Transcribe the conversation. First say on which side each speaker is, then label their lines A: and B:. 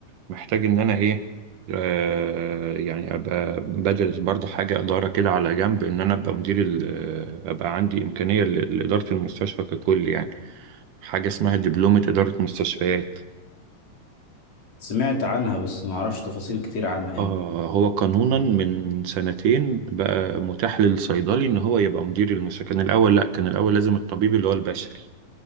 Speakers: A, on the right (about 75°); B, on the left (about 55°).
A: محتاج ان انا ايه آه يعني ابقى بدرس برضو حاجه اداره كده على جنب ان انا ابقى مدير ال- آه، ابقى عندي امكانيه ل- لاداره المستشفى ككل يعني حاجه اسمها دبلومه اداره مستشفيات
B: سمعت عنها بس ما اعرفش تفاصيل كتير عنها
A: آه
B: يعني
A: هو قانونا من سنتين بقى متاح للصيدلي ان هو يبقى مدير المستشفى كان الاول لا كان الاول لازم الطبيب اللي هو البشري